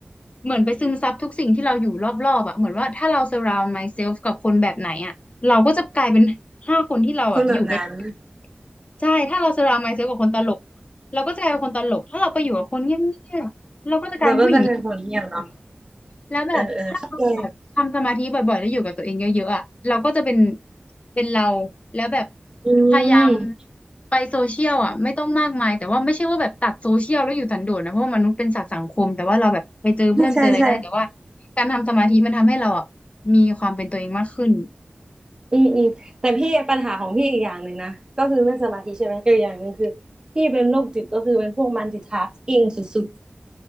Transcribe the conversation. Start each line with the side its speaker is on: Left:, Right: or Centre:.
Left: เหมือนไปซึมซับทุกสิ่งที่เราอยู่รอบๆอ่ะเหมือนว่าถ้าเรา surround myself กับคนแบบไหนอ่ะเราก็จะกลายเป็นห้าคนที่เราอ่ะอยู่ใกล้
Right: คนแบบนั้น
Left: ใช่ถ้าเรา surround myself กับคนตลกเราก็จะกลายเป็นคนตลกถ้าเราไปอยู่กับคนเงียบๆเราก็จะกลายเป็นผู้หญิง
Right: เราก็จะเป็นคนเงียบเนาะ
Left: แล้วแบบถ้าเราแบบทำสมาธิบ่อยๆแล้วอยู่กับตัวเองเยอะๆอ่ะเราก็จะเป็น
Right: เออเออเข้าใจ
Left: เป็นเราแล้วแบบ
Right: อืม
Left: พยายามไปโซเชียลอ่ะไม่ต้องมากมายแต่ว่าไม่ใช่ว่าแบบตัดโซเชียลแล้วอยู่สันโดษนะเพราะว่ามนุษย์เป็นสัตว์สังคมแต่ว่าเราแบบไปเจอเพื่อนไปเจออะไรได้แต่ว่า
Right: ใช่ใช่
Left: การทำสมาธิมันทำให้เราอ่ะมีความเป็นตัวเองมากขึ้น
Right: อืมอืมแต่พี่ปัญหาของพี่อีกอย่างหนึ่งนะก็คือเรื่องสมาธิใช่ไหมก็อีกอย่างหนึ่งคือพี่เป็นโรคจิตก็คือเป็นพวกมัลติทาสกิ้งสุด